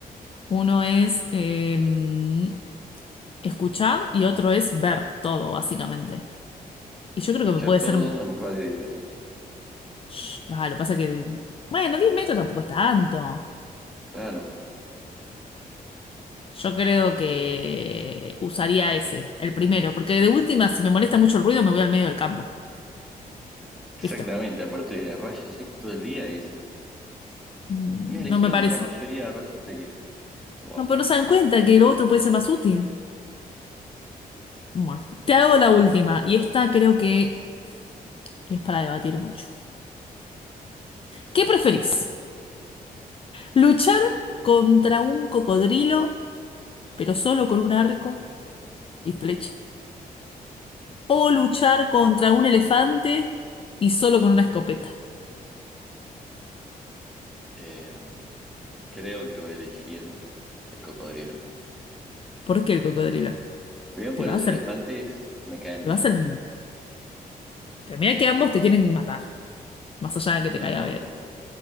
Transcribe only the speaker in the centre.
escuchar
todo
en un radio de 10 metros.
Claro,
exactamente.
Aparte, de rayos X todo el día es...
Mira, eligieron
la mayoría a rayos X. Wow.
Eh, creo que voy a elegir el cocodrilo.
Primero
porque
los
elefantes me caen
bien.
No
importa